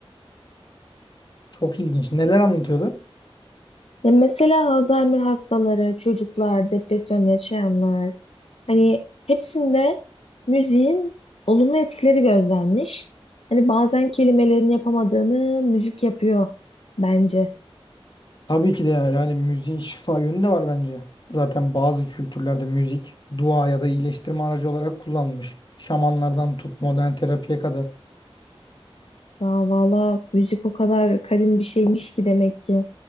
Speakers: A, on the left (about 45°); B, on the left (about 75°).
A: Çok ilginç. Neler anlatıyordu?
B: Ya mesela Alzheimer hastaları, çocuklar, depresyon yaşayanlar, hani hepsinde müziğin olumlu etkileri gözlenmiş. Hani bazen kelimelerin yapamadığını müzik yapıyor bence.
A: Tabii ki de yani müziğin şifa yönü de var bence. Zaten bazı kültürlerde müzik dua ya da iyileştirme aracı olarak kullanılmış. Şamanlardan tut modern terapiye kadar.
B: Ya valla müzik o kadar kadim bir şeymiş ki demek ki.